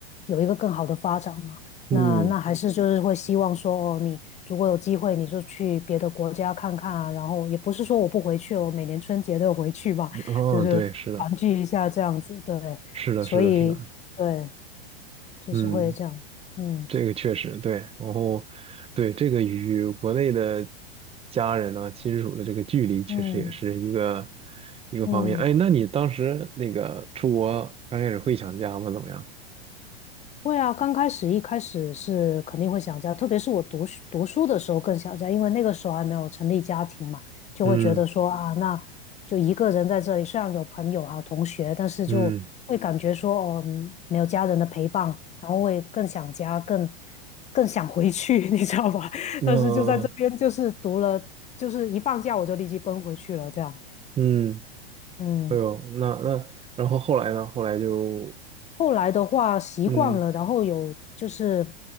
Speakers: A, on the left; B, on the right.
A: 有一个更好的发展嘛。
B: 嗯，
A: 那那还是就是会希望说，哦，你如果有机会，你就去别的国家看看啊。然后也不是说我不回去，我每年春节都有回去吧，
B: 哦，
A: 就是团聚一下这样子。
B: 对，是的，
A: 对，
B: 是的，
A: 所以对，
B: 是的，是的，
A: 就是会这样。
B: 嗯，
A: 嗯
B: 这个确实对，然后对这个与国内的家人呢亲属的这个距离，确实也是一个
A: 嗯
B: 一个方面。
A: 嗯。
B: 哎，那你当时那个出国刚开始会想家吗？怎么样？
A: 会啊，刚开始一开始是肯定会想家，特别是我读书读书的时候更想家，因为那个时候还没有成立家庭嘛，就会觉得说啊，
B: 嗯。
A: 那就一个人在这里，虽然有朋友啊同学，但是就会感觉说哦，
B: 嗯，
A: 嗯没有家人的陪伴，然后会更想家，更更想回去，<laughs> 你知道吧？
B: 那
A: 但是就在这边，就是读了，就是一放假我就立即奔回去了，这样，
B: 嗯，
A: 嗯。
B: 哎呦，那那，然后后来呢？后来就
A: 后来的话习惯了，
B: 嗯
A: 然后有就是